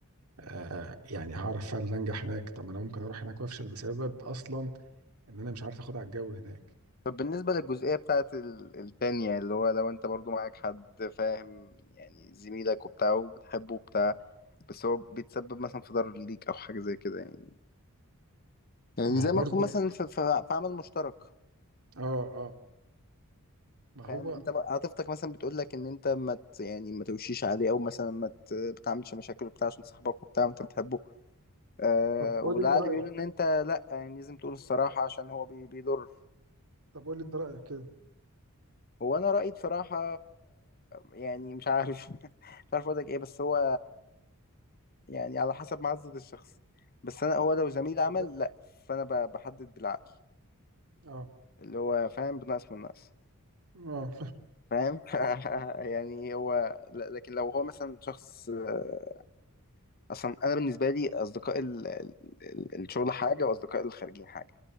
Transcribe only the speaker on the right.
آه، يعني هعرف فعلا انجح هناك طب ما انا ممكن اروح هناك وافشل بسبب اصلا ان انا مش عارف اخد على الجو هناك
ما هو
برضو
اه اه ما
هو
طب قول
لي انت رايك
طب قول لي انت رايك كده
فكرة-
اه
اه